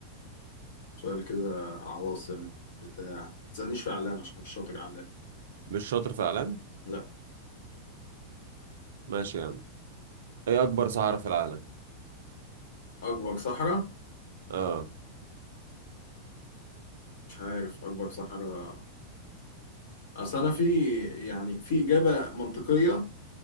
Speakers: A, on the left; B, on the right.
A: سؤال كده عواصم بتاع ما تسألنيش في أعلام عشان مش شاطر أعلام
B: مش شاطر في اعلام
A: لا
B: ماشي يا عم ايه اكبر صحراء في العالم
A: أكبر صحراء
B: اه
A: مش عارف أكبر صحراء أصل أنا في يعني في إجابة منطقية